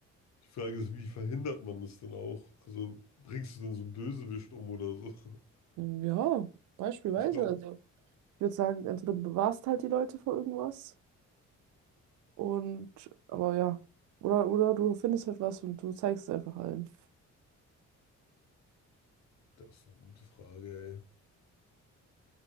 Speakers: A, on the left; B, on the right.
A: die Frage ist, wie verhindert man das denn auch? Also bringst du denn so einen Bösewicht um oder so? <laughs>
B: Ja, beispielsweise.
A: Ich glaube,
B: Also, ich würde sagen, entweder du bewahrst halt die Leute vor irgendwas und, aber ja, oder, oder du findest halt was und du zeigst es einfach allen.
A: das ist eine gute Frage, ey.